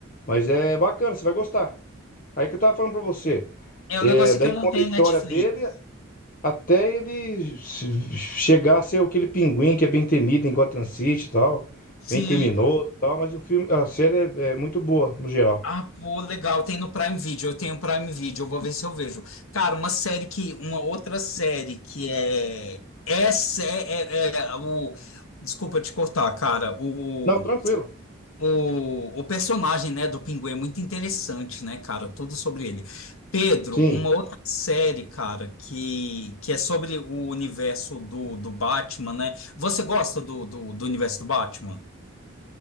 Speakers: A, on the left; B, on the left.
A: mas é bacana, você vai gostar. Aí que eu tava falando pra você.
B: É,
A: É,
B: o negócio
A: daí
B: é que eu
A: conta
B: não tenho
A: a história
B: Netflix.
A: dele até ele se- chegar a ser aquele pinguim que é bem temido em Gotham City e tal,
B: Sim.
A: bem criminoso e tal, mas o filme, a série é, é muito boa no geral.
B: Ah, pô, legal. Tem no Prime Video. Eu tenho Prime Video. Eu vou ver se eu vejo. Cara, uma série que. Uma outra série que é. Essa é, é, é o. Desculpa te cortar, cara. O,
A: Não, tranquilo.
B: o, o personagem, né, do Pinguim é muito interessante, né, cara? Tudo sobre ele. Pedro,
A: Sim,
B: uma outra série, cara, que, que é sobre o universo do, do Batman, né? Você gosta do, do, do universo do Batman?